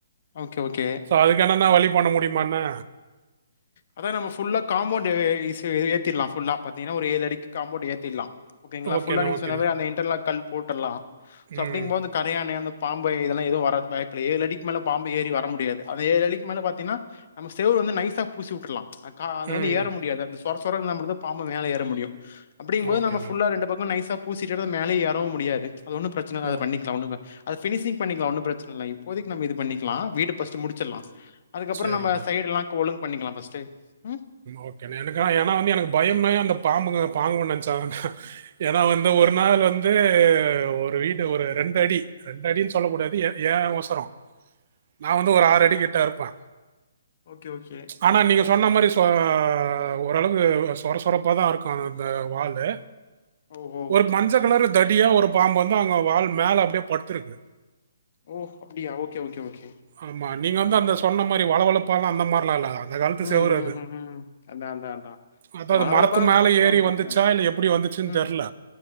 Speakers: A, on the left; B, on the right.
A: ஓகே ஓகே
B: சோ அதுக்கு என்னன்னா வழி பண்ண முடியுமாண்ணே
A: அதா நம்ம ஃபுல்லா காம்பௌண்ட் ஏத்திறலா ஃபுல்லா பாத்தீங்கன்னா ஒரு ஏழு அடிக்கு காம்பௌண்ட் ஏத்திறலா ஓகேங்களா
B: ஓகேண்ணா,
A: ஃபுல்லா நீங்க
B: ஓகேண்ணா.
A: சொன்ன மாரி அந்த இன்டர்லாக் கல் போட்டர்லா சோ
B: ம்.
A: அப்டிங்க போது கரையானு அந்த பாம்பு இதெல்லா எதுவு வராது பயத்துல ஏழு அடிக்கு மேல பாம்பு ஏறி வர முடியாது அந்த ஏழு அடிக்கு மேல பாத்தீன்னா நம்ம செவுரு வந்து நைஸ் சா பூசி வுட்டுரலா கா அது
B: ம்.
A: வந்து ஏற முடியாது அந்த சொர சொரனா மட்டும் தா பாம்பு மேல ஏற முடியு அப்டிங்கபோது
B: ஓகேண்ணா.
A: நம்ம ஃபுல்லா ரெண்டு பக்கோ நைசா பூசிட்டோனா அது மேலயு ஏறவு முடியாது அது ஒன்னு பிரச்சன இல்ல
B: ஓ
A: அது பண்ணிக்கலா ஒன்னு அது பினிஷிங் பண்ணிக்கலா ஒன்னு பிரெச்சன இல்ல இப்போதைக்கு நம்ப இது பண்ணிக்கலா வீடு பர்ஸ்ட் முடிச்சிரலா அதுக்கப்புறம்
B: சரிங்கண்ணா.
A: நம்ம சைடு எல்லா ஒழுங்கு பண்ணிக்கலா பர்ஸ்ட் ம்
B: ஓகே னே எனக்கா ஏன்னா வந்து எனக்கு பயம்மே அந்த பாம்புங்க பாங்குன்னு நெனச்சா தான்ண ஏன்னா வந்து ஒரு நாள் வந் து ஒரு வீடு ஒரு ரெண்டு அடி ரெண்டு அடினு சொல்லக் கூடாது ஏ ஏ ஒசரோ நா வந்து ஒரு ஆறு அடி கிட்ட இருப்பே
A: ஓகே ஓகே
B: ஆனா நீங்க சொன்ன மாரி இப்ப ஓரளவு சொரசரப்பா தா இருக்கு அந்த வாலு
A: ஓஹோ
B: ஒரு மஞ்ச கலரு தடியா ஒரு பாம்பு வந்து அங்க வால் மேல அப்டியே படுத்திருக்கு
A: ஓ அப்டியா ஓகே ஓகே ஓகே
B: ஆமா நீங்க வந்து அந்த சொன்ன மாதரி வழவழப்பா லா அந்த மாரி லா இல்ல அந்த காலத்து
A: ம்
B: செவுறு
A: ம்
B: அது
A: ம் ம் அதா அதா அதா
B: அதா
A: சோ
B: அது
A: வழவழப்பா
B: மரத்து
A: நம்ம
B: மேல
A: போட்டுக்கலா
B: ஏறி
A: ஒன்னு பிரச்சன
B: வந்துச்சா இல்ல எப்டி வந்துச்சுன்னு
A: ம்
B: தெர்ல